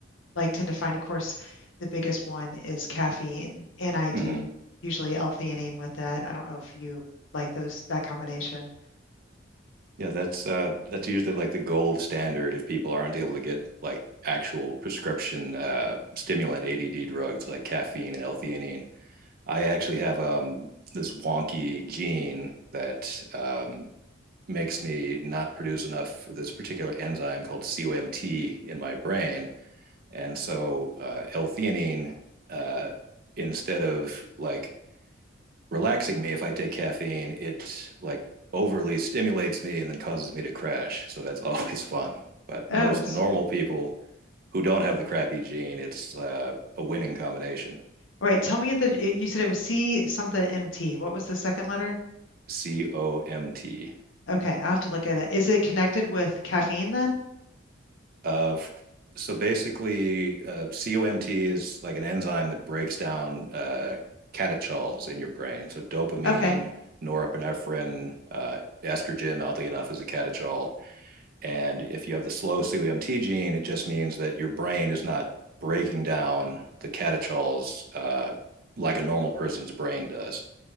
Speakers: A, on the left; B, on the right.
A: like tend to find, of course, the biggest one is caffeine, and I do
B: hmm
A: usually L-theanine with that. I don't know if you like those, that combination.
B: Yeah, that's uh that's usually like the gold standard if people aren't able to get like actual prescription uh stimulant ADD drugs like caffeine and L-theanine. I actually have um this wonky gene that um makes me not produce enough of this particular enzyme called COMT in my brain And so uh, L-theanine, uh, instead of like relaxing me if I take caffeine, it like overly stimulates me and then causes me to crash. So that's <laughs> always fun. But
A: Oh,
B: most
A: s-
B: normal people who don't have the crappy gene, it's uh, a winning combination.
A: all right. Tell me that you said it was C something MT. What was the second letter?
B: C O M T.
A: Okay, I have to look at it. Is it connected with caffeine then?
B: Uh, So basically, COMT is like an enzyme that breaks down uh, catechols in your brain. So dopamine,
A: Okay.
B: norepinephrine, uh, estrogen, oddly enough, is a catechol. And if you have the slow COMT gene, it just means that your brain is not breaking down the catechols uh, like a normal person's brain does.